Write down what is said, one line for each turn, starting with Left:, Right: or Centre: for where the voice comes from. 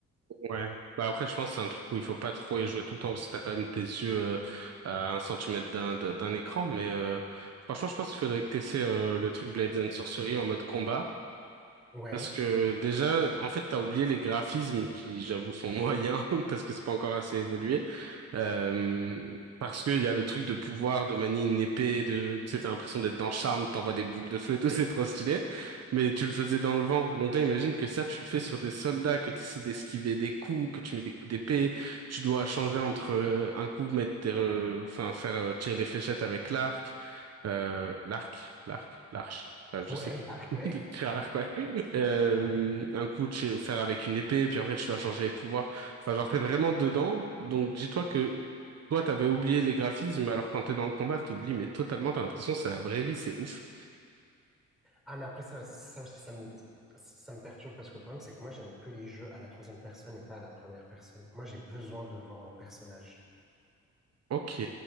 Right: Ouais. Bah après, je pense que c'est un truc où il faut pas trop y jouer tout le temps, parce que t'as quand même tes yeux euh, à un centimètre d'un d'un d'un écran. Mais euh, franchement, je pense qu'il faudrait que t'essaies euh, le truc Blades and Sorcery en mode combat.
Centre: Ouais,
Right: Parce que déjà, en fait, t'as oublié les graphismes qui, j'avoue, sont moyens <laughs> parce que c'est pas encore assez évolué. Euh, parce qu'il y a le truc de pouvoir de manier une épée, de, tu sais, t'as l'impression d'être dans Charme, t'envoies des boules de feu et tout, <laughs> c'est trop stylé. Mais tu le faisais dans le vent. Donc là, imagine que ça, tu le fais sur des soldats, que tu essaies d'esquiver des coups, que tu mets des coups d'épée, tu dois changer entre euh, un coup, mettre tes, re- enfin, faire euh, tirer des fléchettes avec l'arc, euh, l'arc, l'arc, l'arche. Bref,
Centre: ouais,
Right: je sais plus.
Centre: l'arc, ouais.
Right: <laughs> Tir à l'arc, euh, un coup, tu faire avec une épée, puis après, tu dois changer les pouvoirs. Enfin, genre, t'es vraiment dedans. Donc, dis-toi que toi, t'avais oublié les graphismes, alors quand t'es dans le combat, t'oublies, mais totalement, t'as l'impression que c'est la vraie vie, c'est ouf.
Centre: Ah, mais après ça, aussi- ça aussi, ça me ça me perturbe parce que le problème, c'est que moi, j'aime que les jeux à la troisième personne et pas à la première personne. Moi, j'ai besoin de voir mon personnage.
Right: Ok.